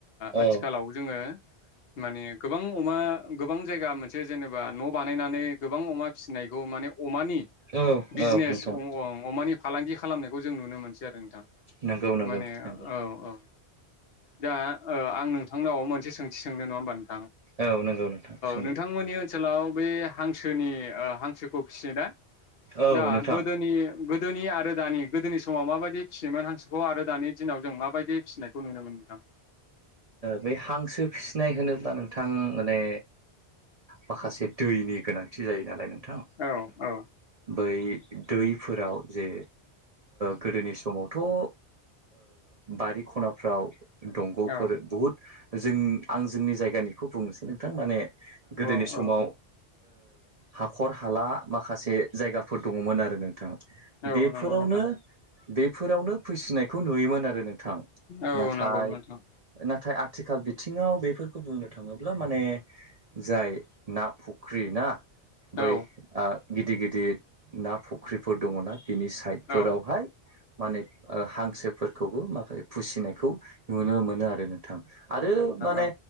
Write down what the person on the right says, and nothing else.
औ
औ
औ नोंथां
नंगौ नंगौ
नंगौ
औ नंगौ नोंथां सोंदों
औ
नोंथां
बे हांसो फिसिनाय होनोब्ला नोंथां माने माखासे दैनि गोनांथि जायो नालाय थां
बै दैफोराव जे गोदोनि समावथ' ओ बारि खनाफ्राव दंग'
फोर बुहुद जों आं जोंनि जायगानिखौ बुंनोसै नोंथां माने गोदोनि
समाव हाखर हाला माखासे जायगाफोर दंङमोन आरो नोंथां
बेफोरावनो
बेफोरावनो फिसिनायखौ नुयोमोन आरो नो गोथां
नाथाय
नाथाय आथिखाल बिथिंङाव बेफोरखौ बुंनो थाङोब्ला माने जाय ना फुख्रि ना बै
गिदिर गिदिर ना फुख्रिफोर दंङोना बिनि साइडफोरावहाय
माने हांसोफोरखौबो माखासे फिसिनायखौ नुनो मोनो आरो आरो
माने